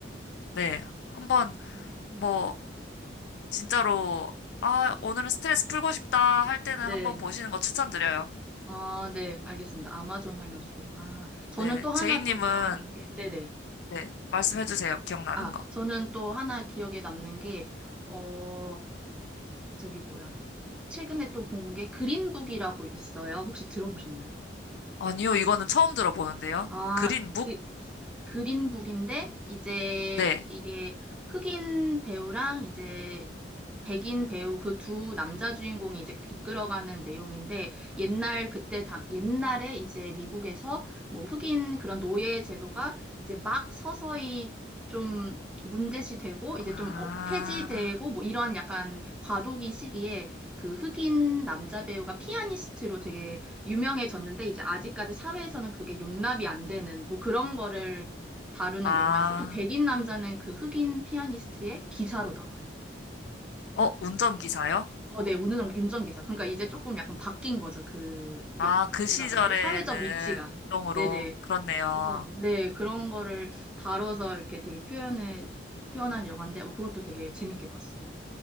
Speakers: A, on the left; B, in the centre.
A: 네. 한번
B: 음.
A: 뭐 진짜로 아, 오늘은 스트레스 풀고 싶다 할 때는
B: 네.
A: 한번 보시는 거 추천드려요.
B: 아, 네, 알겠습니다. 아마존 활명수. 아, 저는
A: 네,
B: 또 하나
A: 제이님은
B: 또 기억나는 게, 네네.
A: 네. 말씀해 주세요. 기억나는
B: 아,
A: 거.
B: 저는 또 하나 기억에 남는 게, 어, 저기 뭐야. 최근에 또 본 게 그린북이라고 있어요. 혹시 들어보셨나요?
A: 아니요, 이거는 처음 들어보는데요.
B: 아,
A: 그린북?
B: 그, 그린북인데, 이제
A: 네.
B: 이게 흑인 배우랑 이제 백인 배우 그 두 남자 주인공이 이제 이끌어가는 내용인데, 옛날 그때, 당 옛날에 이제 미국에서 뭐 흑인 그런 노예 제도가 이제 막 서서히 좀 문제시 되고, 이제
A: 아,
B: 좀 어, 폐지되고, 뭐 이런 약간 과도기 시기에 그 흑인 남자 배우가 피아니스트로 되게 유명해졌는데 이제 아직까지 사회에서는 그게 용납이 안 되는 뭐 그런 거를 다루는
A: 아,
B: 영화였어요. 또 백인 남자는 그 흑인 피아니스트의 기사로 나와요.
A: 어, 운전기사요?
B: 어, 네, 운전, 운전기사. 그러니까 이제 조금 약간 바뀐 거죠. 그
A: 아,
B: 역,
A: 그 시절에는
B: 뭐라 그러지? 사회적 위치가.
A: 인종으로,
B: 네네.
A: 그렇네요.
B: 그래서, 네, 그런 거를 다뤄서 이렇게 되게 표현해, 표현한 영화인데, 어, 그것도 되게 재밌게 봤어요.